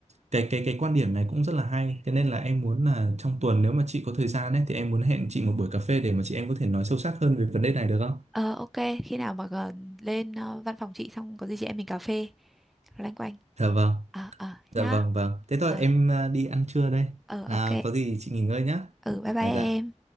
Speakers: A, on the right; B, in the centre.
A: cái cái cái quan điểm này cũng rất là hay. Thế nên là em muốn là trong tuần nếu mà chị có thời gian ấy thì em muốn hẹn chị một buổi cà phê để mà chị em có thể nói sâu sắc hơn về vấn đề này được không?
B: Ờ, ok, khi nào mà gần lên ờ, văn phòng chị xong có gì chị em mình cà phê loanh quanh.
A: Dạ vâng.
B: Ờ, ờ,
A: Dạ
B: nhá.
A: vâng vâng. Thế thôi
B: Ờ,
A: em à, đi ăn trưa đây.
B: ờ,
A: À,
B: ok.
A: có gì chị nghỉ ngơi nhá.
B: Ừ, bye bye
A: Dạ
B: em.
A: dạ.